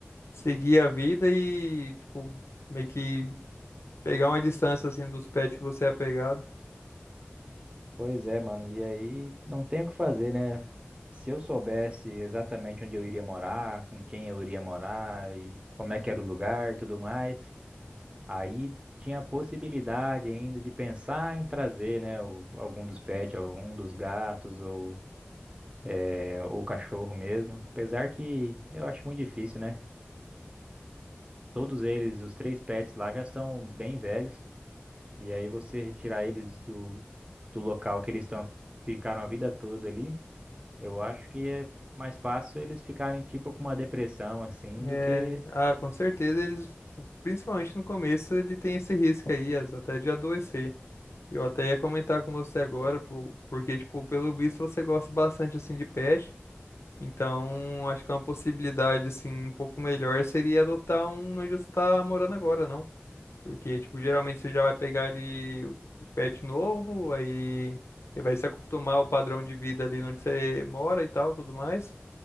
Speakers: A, on the left; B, on the right.
A: seguir a vida e, tipo, meio que Pegar uma distância assim dos pets que você é apegado.
B: Pois é, mano. E aí não tem o que fazer, né? Se eu soubesse exatamente onde eu iria morar, com quem eu iria morar e como é que era o lugar, e tudo mais, aí tinha a possibilidade ainda de pensar em trazer, né, o- algum dos pets, ou um dos gatos ou é, ou o cachorro mesmo. Apesar que eu acho muito difícil, né? Todos eles, os três pets lá já são bem velhos e aí você retirar eles do do local que eles estão ficaram a vida toda ali Eu acho que é mais fácil eles ficarem tipo com uma depressão assim do
A: É,
B: que.
A: ah, com certeza eles, tipo, principalmente no começo, ele tem esse risco aí, as- até de adoecer. Eu até ia comentar com você agora, por- porque, tipo, pelo visto você gosta bastante, assim, de pet, então acho que uma possibilidade, assim, um pouco melhor seria adotar um onde você tá morando agora, não? Porque, tipo, geralmente você já vai pegar ali o o pet novo, aí você vai se acostumar ao padrão de vida ali onde você mora e tal, tudo mais.